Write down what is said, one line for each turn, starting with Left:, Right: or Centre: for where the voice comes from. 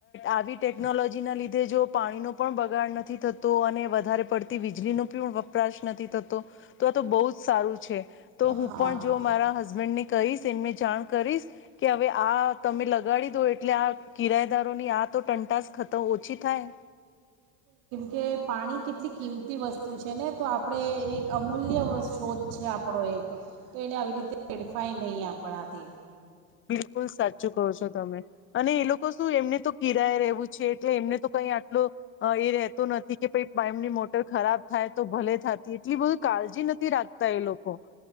Left: આવી ટેકનોલોજીના લીધે જો પાણીનો પણ બગાડ નથી થતો અને વધારે પડતી વીજળીનો પણ વપરાશ નથી થતો તો આ તો બહુ જ સારું. તો હું
Right: હા
Left: પણ જો મારા હ. કહીશ એમને જાણ કરીશ કે હવે આ તમે લગાડી દો એટલે આ કિરાદારોની આ તો ટંટાસ ખતમ ઓછી થાય.
Right: કે પાણી કેટલી કિંમતી વસ્તુ છે ને તો આપણે એક અમૂલ્ય સ્ત્રોત છે આપણો એક તો એને આવી રીતે હેડફાય નહીં આપણાથી.
Left: બિલકુલ સાચું કહો છો તમે અને એ લોકો શું એમને તો કિરાય રહેવું છે એટલે એમને તો કઈ આટલો એ રહેતો નથી. કે પ પાઇમની મોટર ખરાબ થાય તો ભલે થતી એટલી બધી કાળજી નથી રાખતા એ લોકો.